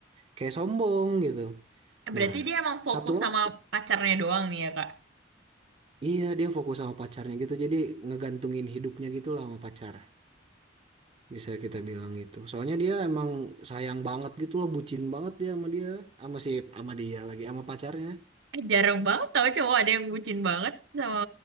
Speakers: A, on the right; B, on the right.
A: Kayak sombong gitu.
B: Berarti
A: Nah,
B: dia emang fokus
A: satu waktu
B: sama pacarnya doang nih ya, Kak.
A: iya dia fokus sama pacarnya gitu. Jadi ngegantungin hidupnya gitu lah sama pacar. Bisa kita bilang gitu. Soalnya dia emang sayang banget gitu loh, bucin banget dia sama dia, sama si sama dia lagi sama pacarnya.
B: Eh, jarang banget tau cowok ada yang bucin banget sama